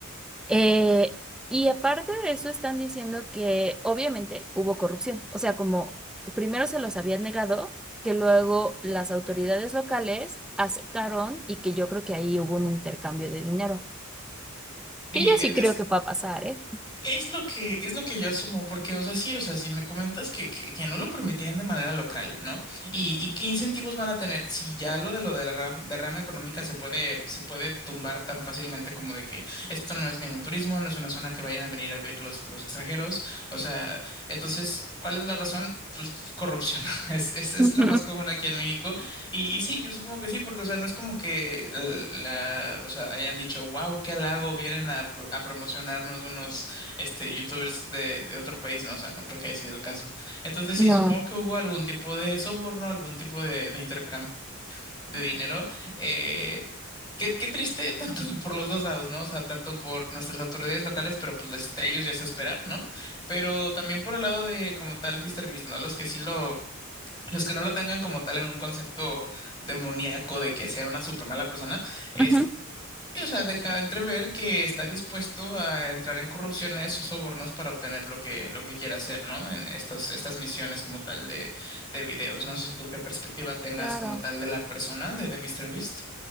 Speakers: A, in the centre; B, on the left.
A: Eh, y aparte de eso están diciendo que obviamente hubo corrupción, o sea, como primero se los habían negado, que luego las autoridades locales aceptaron y que yo creo que ahí hubo un intercambio de dinero,
B: Sí,
A: que yo
B: e-
A: sí creo
B: es,
A: que va a pasar, ¿eh?
B: Es lo que, es lo que yo asumo, porque, o sea, sí, o sea, si me comentas que, que, que no lo permitían de manera local, ¿no? Y, y qué incentivos van a tener si ya lo de lo de la ra- derrama económica se puede, se puede tumbar tan fácilmente como de que esto no es ningún turismo, no es una zona que vayan a venir a ver los, los extranjeros. O sea, entonces, ¿cuál es la razón? Pues corrupción. <laughs> Es, es, es
A: Ujú.
B: lo más común aquí en México. Y, y sí, yo supongo que sí, porque, o sea, no es como que la, la- o sea, hayan dicho, wow, qué halago, vienen a, pro- a promocionarnos unos este, youtubers de, de otro país, ¿no? O sea, no creo que haya sido el caso. Entonces sí,
A: No.
B: supongo que hubo algún tipo de soborno, algún tipo de, de intercambio de dinero. Eh, qué, qué triste, <laughs> tanto por los dos lados, ¿no? O sea, tanto por nuestras autoridades locales, pero pues desde ellos ya se espera, ¿no? Pero también por el lado de como tal MrBeast, ¿no? Los que sí lo... Los que no lo tengan como tal en un concepto demoníaco de que sea una súper mala persona, este,
A: Ujú.
B: y, O sea, deja entrever que está dispuesto a entrar en corrupciones o sobornos para obtener lo que, lo que quiera hacer, ¿no? En estos, estas misiones como tal de, de videos. No sé si tú qué perspectiva tengas
A: Claro.
B: como tal de la persona de, de MrBeast.